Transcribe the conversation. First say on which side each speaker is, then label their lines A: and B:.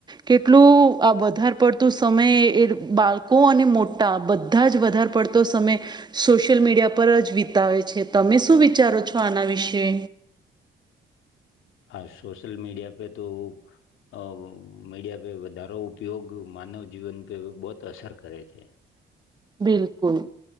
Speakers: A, on the right; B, on the left.
A: કેટલું આ વધાર પડતું સમય એ બાળકો અને મોટા બધા જ વધાર પડતો સમય સોશિયલ મીડિયા પર જ વિતાવે છે તમે શું વિચારો છો આના વિશે
B: હા સોશલ મીડિયા પે તો અ મીડિયા પે વધારો ઉપયોગ માનવ જીવન પે બોત અસર કરે છે
A: બિલકુલ